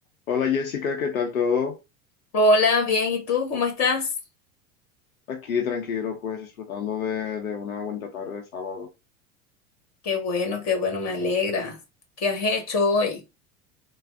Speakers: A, on the left; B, on the left.
A: Hola Jessica, ¿qué tal todo?
B: Hola, bien, ¿y tú cómo estás?
A: Aquí tranquilo, pues disfrutando de, de una buena tarde de sábado.
B: Qué bueno, qué bueno, me alegra. ¿Qué has hecho hoy?